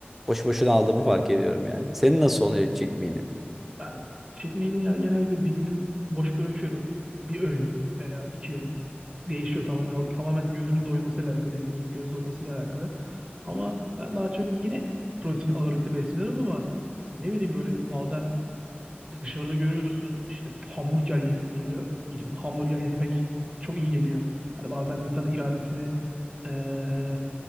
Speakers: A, in the centre; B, on the right.
A: boş boşuna aldığımı fark ediyorum yani. Senin nasıl oluyor cheat meal'in?
B: Ben cheat meal'imi ya genelde bir günü boş bırakıyorum. Bir öğün veya iki öğün. Değişiyor tamamen. O tamamen gözümün doymasıyla alakalı dediğin gibi göz doymasıyla alakalı. Ama ben daha çok yine protein ağırlıklı besleniyorum ama ne bileyim böyle bazen dışarıda görüyorsun işte hamburger yesin geliyor. Gidip hamburger yemek çok iyi geliyor. Hani bazen insanın iradesini eee